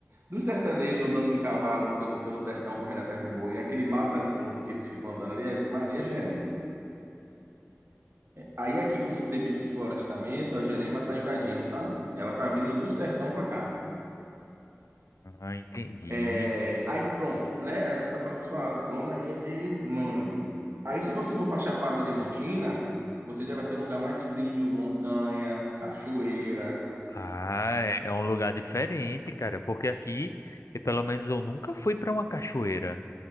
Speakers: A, on the right; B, on the left.
A: dos sertanejos andando de cavalo pelo, pelo sertão correndo atrás do boi, aquele mato ali todo que eles ficam andando ali, é Maria Gerema. Aí aqui, como teve desflorestamento, a Gerema tá invadindo, sabe? Ela tá vindo do sertão para cá.
B: Ah, entendi.
A: É, aí pronto, né? Aí você tá falando que sua zona aí é de mangue. Aí se você for para Chapada Diamantina, você já vai ter um lugar mais frio, montanha, cachoeira,
B: Ah, é é um lugar diferente, cara. Porque aqui, e pelo menos eu nunca fui para uma cachoeira.